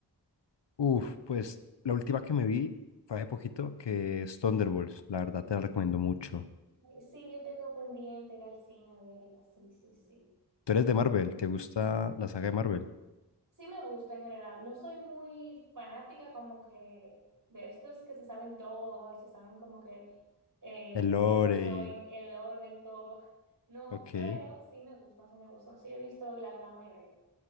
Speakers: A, on the left; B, on the right.
A: Uf, pues la última que me vi fue hace poquito, que es Thunderbolts. La verdad te la recomiendo mucho.
B: Sí, yo tengo pendiente ir al cine a verla. Sí, sí, sí.
A: Tú eres de Marvel, ¿te gusta la saga de Marvel?
B: Sí me gusta en general. No soy muy fanática como que de estos que se saben todo y se saben como que eh,
A: El lore
B: qué pasó
A: y...
B: en el orden, todo. No,
A: Ok.
B: pero sí me gustan, sí me gustan. Sí he visto la gran mayoría.